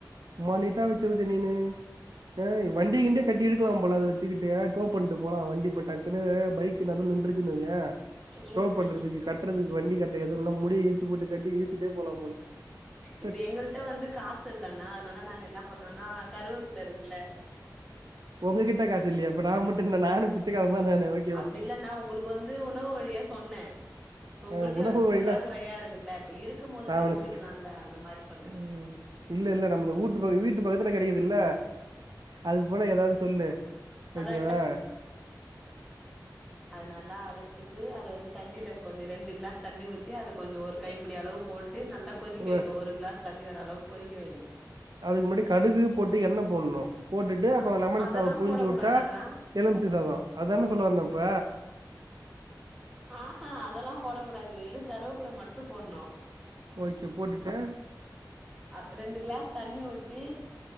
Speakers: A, on the right (about 70°); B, in the centre.
A: மண்ணிட்டா வச்சிருது நீனு அ வண்டியகின்டிய கட்டி இழுக்கலா போல அத வச்சுக்கிட்டு டோ பண்ட்டு போலா வண்டி பெட்டா சிலது பைக்கு நடுவுல நின்றுச்சுனு வையே
B: ம்
A: டோ பண்றதுக்கு க கட்றதுக்கு வண்டி கட்ட எதுன்னா முடிய இழுத்துபோட்டு கட்டி இழுத்துட்டே போலாம் போல சரி
B: இப்ப எங்கள்ட்ட வந்து காசு இல்லனா அதனால நாங்க என்ன பண்ணோனா கருவேப்புல இருக்குல
A: உங்ககிட்ட காசு இல்லையா அப்ப நா மட்டு என்ன நானு பிச்சக்காரந்தான என ஓகே
B: அப்டி
A: வா
B: இல்லன்னா உங்களுக்கு வந் து உணவு வழியா சொன்னே இப்ப உங்கள்ட்டயு
A: ஆ, உணவு
B: வந்து பற்றாக்குறையா
A: வழியில
B: இருக்குல்ல இப்ப இருக்கும் போது
A: நான்
B: செஞ்சிக்கலால
A: உனக்கு
B: அந்த மாரி சொன்ன
A: ம் இல்ல இல்ல நம்ம இந்த வூட்டு பக்க வீட்டு பக்கத்துல கெடைக்குது இல்ல அது போல எதாது சொல்லு
B: அதா
A: ஓகே வா
B: அது நல்லா அலசிட்டு அத வந்து தண்ணில கொஞ்சோ ரெண்டு கிளாஸ் தண்ணி ஊத்தி அத கொஞ்ச ஒரு கை ப்படி அளவு போட்டு நல்லா கொதிக்க
A: ஒ-
B: வைங்க ஒரு கிளாஸ் தண்ணி வர அளவுக்கு கொதிக்க வைங்க
A: அதுக்கு முன்னாடி கடுகு போட்டு எண்ணெ போனு போட்டுட்டு
B: அ
A: அப்பற லெமன்
B: அதெல்லா
A: சாத புழிஞ்சு
B: போடக்
A: வுட்டா
B: கூடாதாண்ணா
A: எலுமிச்ச சாதோ அதான சொல்ல வந்த இப்ப
B: ஆஹா அதெல்லா போட கூடாது வெறு கருவேப்புல மட்டு போடுணு
A: ஓகே போட்டுட்டு
B: அ ரெண்டு கிளாஸ் தண்ணி ஊத்தி